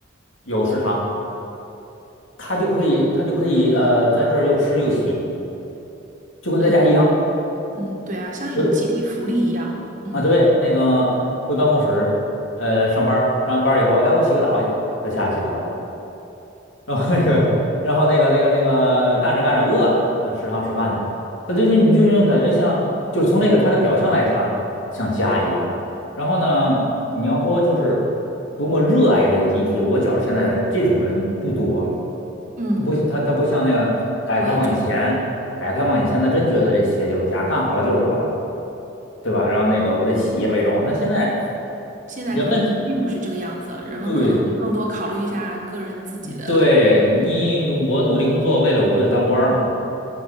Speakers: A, on the left; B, on the right.
A: 有食堂，他就可以他就可以呃在这儿又吃又洗，就跟在家一样。
B: 嗯嗯，对啊，像一种集体福利一样。
A: 呃
B: 嗯
A: 啊对，那个回办公室呃上班儿上完班儿以后，哎我洗个澡去，他下去洗澡去了。然后那个，然后那个那个那个干着干着饿了，嗯，食堂吃饭去了。他就是你就是感觉像，就是从那个他的表象来讲，像家一样。然后呢，你要说就是多么热爱这个集体，我觉着现在的这种人不多了。
B: 嗯，
A: 他不他他不像那个改革开放以前，
B: 我也觉得。
A: 改革开放以前他真觉得这企业就是家，干好了就是我的，对吧？然后那个我的企业为荣。
B: 嗯。
A: 但现在
B: 现在可能并不是这个样子了人们可能会更多考虑一下个人自己的，
A: 人们对对你我努力工作，
B: 嗯，
A: 为了我为了当官儿嘛。